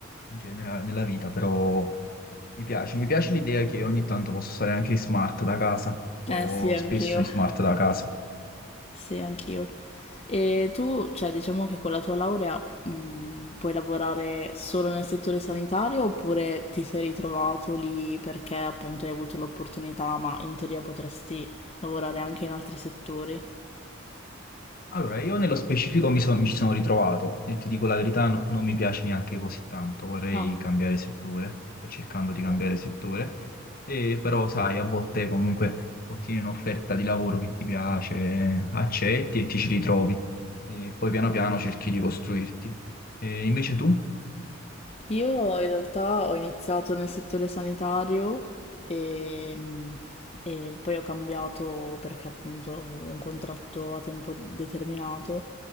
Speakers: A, on the left; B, on the left.
A: in generale nella vita, però mi piace, mi piace l'idea che ogni tanto posso stare anche in smart da casa, sto
B: Eh sì, anch'io.
A: spesso in smart da casa.
B: Sì, anch'io. E tu, cioè, diciamo che con la tua laurea, mh, puoi lavorare solo nel settore sanitario oppure ti sei ritrovato lì perché appunto hai avuto l'opportunità, ma in teoria potresti lavorare anche in altri settori?
A: Allora, io nello specifico mi, sono- mi ci sono ritrovato e ti dico la verità, no- non mi piace neanche così tanto, vorrei
B: No.
A: cambiare settore, sto cercando di cambiare
B: ok.
A: settore, e però sai, a volte comunque ottieni un'offerta di lavoro che ti piace, accetti e ti ci ritrovi, e poi piano piano cerchi di costruirti. E invece tu?
B: Io in realtà ho iniziato nel settore sanitario e, mh, e poi ho cambiato perché appunto avevo un contratto a tempo determinato